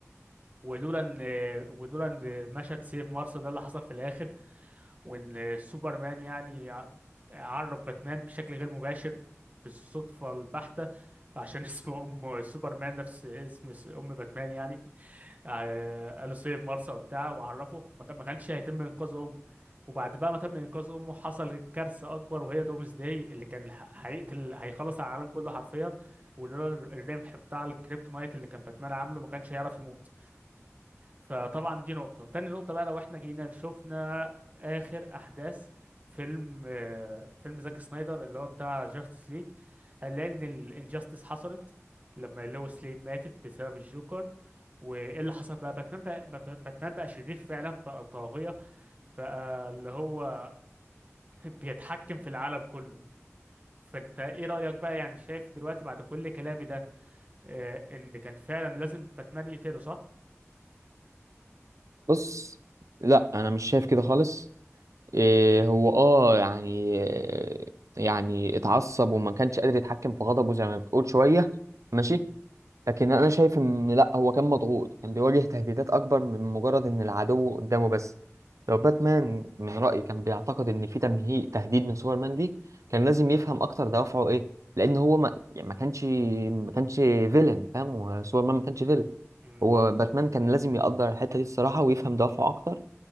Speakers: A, on the right (about 30°); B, on the right (about 85°).
A: ولولا ان ولولا ان مشهد سيف مارس ده اللي حصل في الاخر وان سوبرمان يعني ع- عرف باتمان بشكل غير مباشر بالصدفة البحتة عشان <laughs> اسم ام سوبرمان نفس اسم س- ام باتمان يعني آه، قالوا سيف مارسا وبتاع وعرفه ما كان- ما كانش هيتم انقاذ امه وبعد بقى ما تم انقاذ امه حصلت كارثه اكبر وهي دومز داي اللي كان ه- هيقتل هيخلص على العالم كله حرفيا ولولا الرمح بتاع الكريبتونايت اللي كان باتمان عامله ما كانش هيعرف يموت فطبعا دي نقطة تاني نقطة بقى لو احنا جينا شفنا آخر أحداث فيلم آه، فيلم زاك سنايدر اللي هو بتاع جاستس ليج هنلاقي إن الانجاستس حصلت لما لويس لين ماتت بسبب الجوكر وإيه اللي حصل بقى باتمان بقى بقى- باتمان بقى شرير فعلا بقى طاغية بقى اللي هو <laughs> بيتحكم في العالم كله فأنت إيه رأيك بقى يعني شايف دلوقتي بعد كل كلامي ده آه، إن كان فعلا لازم باتمان يقتله صح؟
B: بص لا انا مش شايف كده خالص إيه هو اه يعني يعني اتعصب وما كانش قادر يتحكم في غضبه زي ما بتقول شويه ماشي لكن انا شايف ان لا هو كان مضغوط كان بيواجه تهديدات اكبر من مجرد ان العدو قدامه بس لو باتمان من رأيي كان بيعتقد ان في تمهيد تهديد من سوبرمان دي كان لازم يفهم اكتر دوافعه ايه لان هو ما يعني ما كانش ما كانش فيلن فاهم هو سوبرمان ما كانش فيلن
A: مم.
B: هو باتمان كان لازم يقدر الحتة دي الصراحة ويفهم دوافعه اكتر